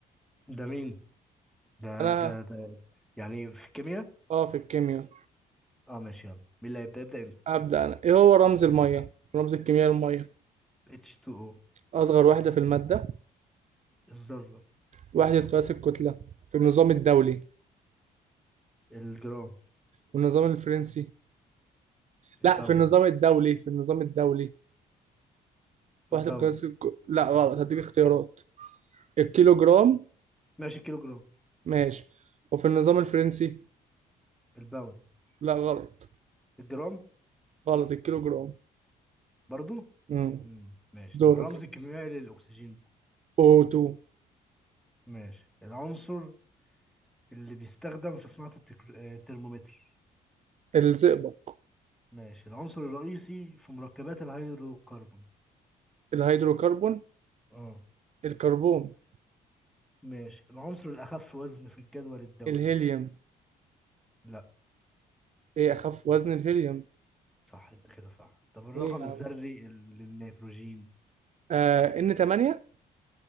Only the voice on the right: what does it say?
انا
اه في الكيمياء
ابدأ انا ايه هو رمز المية؟ رمز الكيمياء المية
اصغر وحدة في المادة
وحدة قياس الكتلة في النظام الدولي
والنظام الفرنسي
لا في النظام الدولي في النظام الدولي وحدة
قياس الج- لا غلط هديك اختيارات الكيلو جرام
ماشي وفي النظام الفرنسي
لا غلط
غلط الكيلو جرام
امم
دورك
انت.
O2
الزئبق
الهيدروكربون
الكربون
الهيليوم
ايه اخف وزن الهيليوم
ايه يا عم
آه ان 8